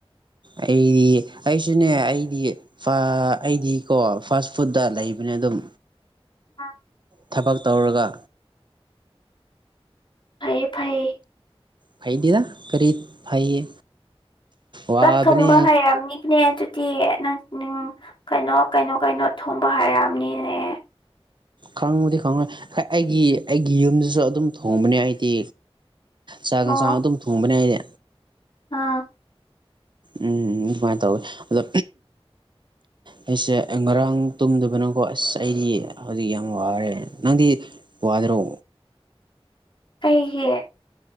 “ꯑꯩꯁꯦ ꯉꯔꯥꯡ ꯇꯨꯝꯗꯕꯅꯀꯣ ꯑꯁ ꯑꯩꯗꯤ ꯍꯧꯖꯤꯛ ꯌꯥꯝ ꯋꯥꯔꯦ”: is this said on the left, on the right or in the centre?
Right